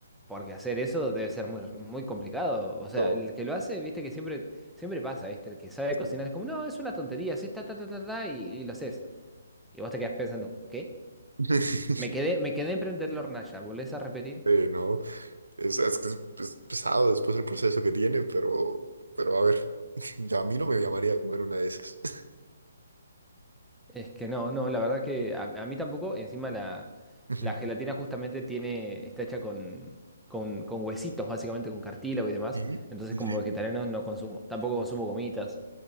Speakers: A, in the centre; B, on the right (about 90°).
A: porque hacer eso debe ser muy, muy complicado. O sea,
B: No,
A: el que lo hace, viste que siempre, siempre pasa, viste, el que sabe cocinar
B: sí.
A: es como, no, es una tontería, así ta, ta, ta, ta, ta", y, y lo haces. Y vos te quedás pensando, ¿qué?
B: <laughs>
A: Me quedé, me quedé en prender la hornalla, ¿volvés a repetir?
B: Eh, no, es, es que es, es pesado después el proceso que tiene, pero, pero a ver, <laughs> ya a mí no me llamaría a comer una de esas. <laughs>
A: Es que no, no, la verdad que a, a mí tampoco, encima la,
B: Ujú.
A: la gelatina justamente tiene, está hecha con, con, con huesitos, básicamente con cartílago y demás,
B: ¿Y?
A: entonces
B: ¿En
A: como
B: serio?
A: vegetariano no consumo, tampoco consumo gomitas,